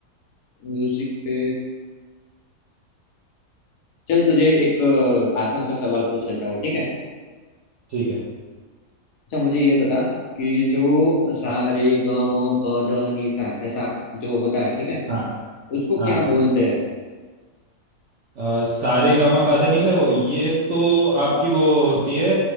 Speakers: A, on the left; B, on the right.
A: म्यूजिक पे चल तुझे एक अ, आसान सा सवाल पूछ लेता हूँ ठीक है
B: ठीक है
A: अच्छा मुझे ये बता कि जो सा
B: हाँ
A: रे ग म प ध नि सा ऐसा जो होता है ठीक है
B: हाँ
A: उसको
B: हाँ
A: क्या बोलते हैं
B: अ, सारे गामा पाधे नहीं सको ये तो आपकी वो होती है